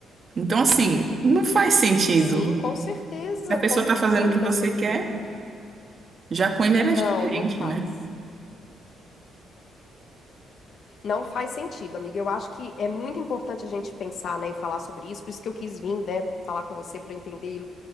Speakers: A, on the right (about 35°); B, on the left (about 50°).
A: Então, assim, não faz sentido.
B: Sim, com certeza,
A: a pessoa
B: com
A: tá fazendo
B: toda
A: o que você
B: certeza.
A: quer, já com ele era
B: Não,
A: diferente,
B: não faz.
A: né?
B: Não faz sentido, amiga. Eu acho que é muito importante a gente pensar, né, e falar sobre isso. Por isso que eu quis vir, né, falar com você para entender